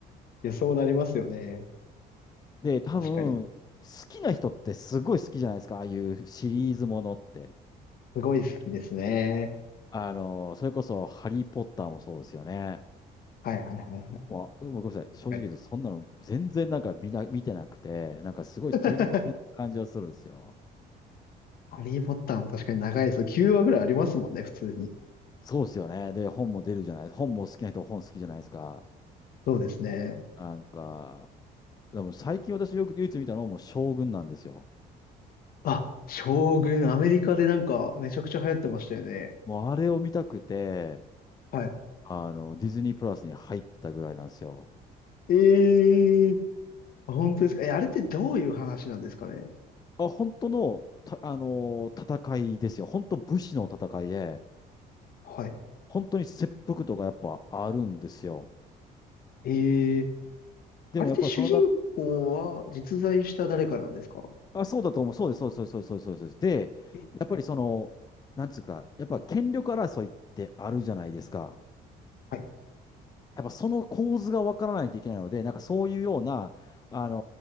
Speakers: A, on the left (about 60°); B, on the left (about 25°).
A: や、そうなりますよね。
B: で、多分、
A: 確かに。
B: 好きな人ってすごい好きじゃないですか。ああいうシリーズものって。
A: すごい好きですね。
B: あの、それこそ、ハリー・ポッターもそうですよね。
A: はい、はい、はい、はい。
B: まあ、ごめんなさい。
A: 確かに。
B: 正直言うと、そんなの全然なんか見な、見てなくて、なんかすごい取り残されてる感じはするんですよ。
A: <laughs> ハリー・ポッターも確かに長いです。9話ぐらいありますもんね、普通に。
B: そうですよね。で、本も出るじゃない。本も好きな人、本好きじゃないですか。
A: そうですね。
B: なんか、でも最近私よく唯一見たのはもう将軍なんですよ。
A: あ、将軍、アメリカでなんかめちゃくちゃ流行ってましたよね。
B: もうあれを見たくて、
A: はい。
B: あの、ディズニープラスに入ったぐらいなんですよ。
A: ええあ本当ですかえ、あれってどういう話なんですかね
B: あ、本当の、た、あのー戦いですよ。本当武士の戦いで、
A: はい。
B: 本当に切腹とかやっぱあるんですよ。
A: ええ
B: でもやっぱりそのな、
A: あれって主人公は実在した誰かなんですか
B: あ、そうだと思う。そうです、そうです、そうです、そうです、そうです。そうですで、
A: え
B: やっぱりその、なんつうか、やっぱ権力争いってあるじゃないですか。
A: はい、
B: やっぱその構図がわからないといけないので、なんかそういうような、あの